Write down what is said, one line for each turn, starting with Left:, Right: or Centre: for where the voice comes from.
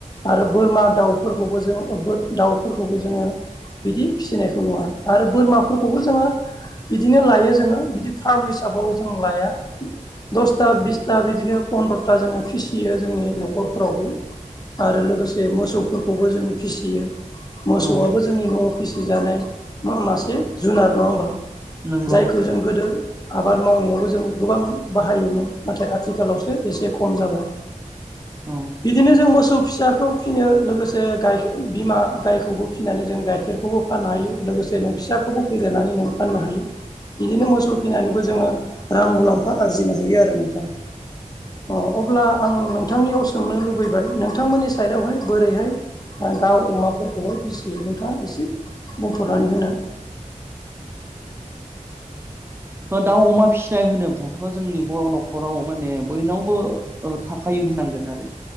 Left: आरो बोरमा, दाउफोरखौबो जोङो बोर दाउफोरखौबो जोङो बिदि फिसिनायखौ नुवा आरो बोरमाफोरखौबो जोङो बिदिनो लायो जोङो, बिदि फार्म हिसाबाव जों लाया। थ्रा बिसथा बिदिनो पन्द्र'था जोङो फिसियो जोंनि न'खरफोरावबो। आरो लोगोसे मोसौफोरखौबो जों फिसियो। मोसौआबो
Right: औ
Left: जोंनि न'आव फिसिजानाय मा मासे जुनार नङा होमबा?
Right: नंगौ
Left: जायखौ जों गोदो आबाद मावनायावबो जों गोबां बाहायोमोन। नाथाय आथिखालावसो एसे खम जाबाय।
Right: उम
Left: बिदिनो जों मोसौ फिसाखौ फियो लोगोसे गाइखे बिमा गायखौबो फिनानै जों गाइखेर खौबो फाननो हायो लोगोसे नों फिसाखौबो फेदेरनानै नों फाननो हायो। बिदिनो मोसौ फिनानैबो जोङो रां मुलाम्फा आरजिनो हायो आरो नोंथां। ओ अब्ला आं नोंथांनियाव सोंनो लुबैबाय, नोंथांमोननि साइडआवहाय बोरैहाय ओ दाउ अमाफोरखौहाय फिसियो नोंथाङा एसे बुंफोरनानै होदो
Right: ओ दाउ अमा फिसिनाय होनोब्लाथ' जोंनि बर' न'खराव माने बयनावबो ओ थाखायो होननांगोन आरो